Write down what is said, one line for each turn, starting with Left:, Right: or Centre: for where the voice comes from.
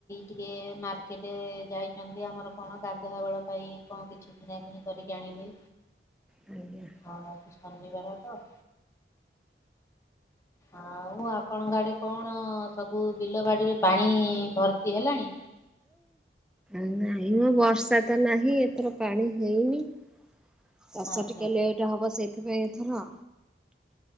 Left: ଟିକେ ମାର୍କେଟ ଯାଇଛନ୍ତି ଆମର କଣ ଗାଧୁଆବେଳ ପାଇଁ କଣ କିଛି କିଣା କିିଣି କରିକି ଆଣିବେ,
Centre: ଆଜ୍ଞା।
Left: ଆଉଉ ଶନିବାର ତ ଆଉ ଆପଣଙ୍କ ଆଡେ କଣ ସବୁ ବିଲ ବାଡ଼ିରେ ପାଣି ଭର୍ତ୍ତି ହେଲାଣି।
Centre: ନାଇଁ ମ ବର୍ଷା ତ ନାହିଁ ଏଥର ପାଣି ହେଇନି। ଚାଷ
Left: ଆଜ୍ଞା।
Centre: ଟିକେ ଲେଟ ହବ ସେଇଥିପାଇଁ ଏଥର।